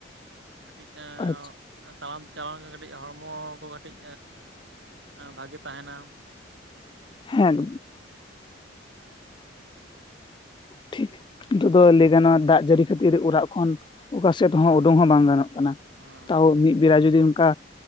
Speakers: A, on the right; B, on the left.
A: ᱠᱟᱹᱯᱤᱡ
B: ᱟᱪᱪᱷᱟ
A: ᱮᱸᱻ ᱛᱟᱲᱟᱢ ᱛᱮ ᱪᱟᱞᱟᱣ ᱫᱚ ᱠᱟᱹᱴᱤᱡ ᱦᱚᱲᱢᱚ ᱠᱚ ᱠᱟᱹᱴᱤᱡ ᱮᱸ ᱵᱷᱟᱜᱤ ᱛᱟᱦᱮᱱᱟ᱾
B: ᱦᱮᱸ᱾
A: <inaudible>
B: ᱴᱷᱤᱠ ᱱᱤᱛᱚᱜ ᱫᱚ ᱞᱟᱹᱭ ᱜᱟᱱᱚᱜᱼᱟ ᱫᱟᱜ ᱡᱟᱹᱲᱤ ᱠᱷᱟᱹᱛᱤᱨ ᱚᱲᱟᱜ ᱠᱷᱚᱱ ᱚᱠᱟᱥᱮᱫ ᱦᱚᱸ ᱩᱸᱰᱩᱝ ᱦᱚᱸ ᱵᱟᱝ ᱜᱟᱱᱚᱜ ᱠᱟᱱᱟ᱾
A: ᱦᱮᱸ
B: ᱛᱟᱣ ᱢᱤᱫ ᱵᱮᱲᱟ ᱡᱩᱫᱤ ᱚᱱᱠᱟ